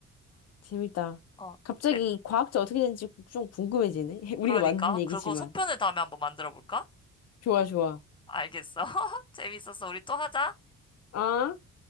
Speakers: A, on the left (about 55°); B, on the left (about 15°).
A: 재밌다.
B: 어,
A: 갑자기
B: 그래,
A: 이 과학자 어떻게 되는지 좀 궁금해지네. <laughs> 우리가
B: 그러니까.
A: 만든 얘기지만.
B: 그리고 속편을 다음에 한번 만들어 볼까?
A: 좋아, 좋아.
B: 알겠어. <laughs> 재밌었어. 우리 또 하자.
A: 아.